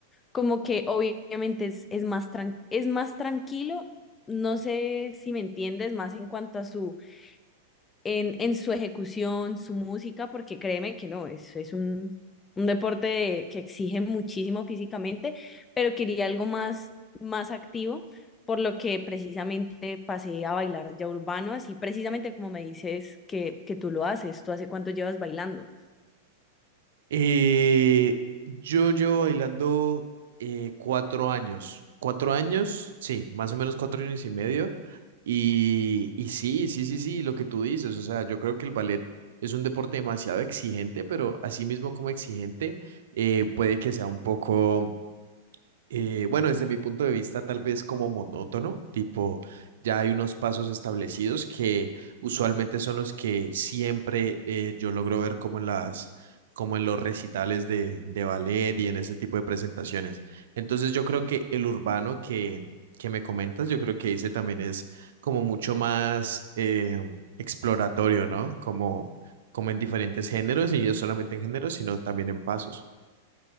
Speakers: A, on the left; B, on the right.
A: como que obviamente es, es más tran- es más tranquilo, no sé si me entiendes, más en cuanto a su en, en su ejecución, su música, porque créeme que no, es, es un, un deporte de- que exige muchísimo físicamente, pero quería algo más, más activo, por lo que precisamente pasé a bailar ya urbano, así precisamente como me dices que, que tú lo haces, ¿tú hace cuánto llevas bailando?
B: Eh, yo llevo bailando eh, cuatro años, cuatro años, sí, más o menos cuatro años y medio. Y, y sí, sí, sí, sí, lo que tú dices, o sea, yo creo que el ballet es un deporte demasiado exigente, pero así mismo como exigente, eh, puede que sea un poco eh, bueno, desde mi punto de vista, tal vez como monótono, tipo, ya hay unos pasos establecidos que usualmente son los que siempre eh, yo logro ver como en las, como en los recitales de, de ballet y en ese tipo de presentaciones. Entonces, yo creo que el urbano que, que me comentas, yo creo que ese también es como mucho más eh, exploratorio, ¿no? Como, como en diferentes géneros, y no solamente en géneros, sino también en pasos.